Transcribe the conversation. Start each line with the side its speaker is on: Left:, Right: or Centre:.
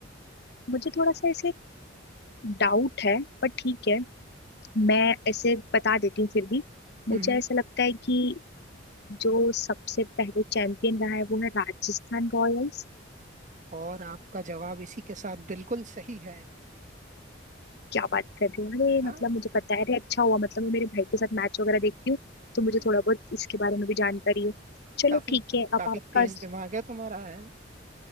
Left: मुझे थोड़ा सा ऐसे डाउट है पर ठीक है मैं ऐसे बता देती हूँ फिर भी मुझे
Right: हम्म। हम्म।
Left: ऐसा लगता है कि जो सबसे पहले चैंपियन रहा है वो है राजस्थान रॉयल्स
Right: और आपका जवाब इसी के साथ बिल्कुल सही है
Left: क्या बात कर रहे हो अरे
Right: हाँ
Left: मतलब मुझे पता है अरे अच्छा हुआ मतलब मैं मेरे भाई के साथ मैच वगैरह देखती हूँ तो मुझे
Right: हम्म,
Left: थोड़ा बहुत इसके बारे में भी जानकारी है चलो
Right: काफी
Left: ठीक है अब
Right: काफी
Left: आपका
Right: तेज दिमाग है तुम्हारा है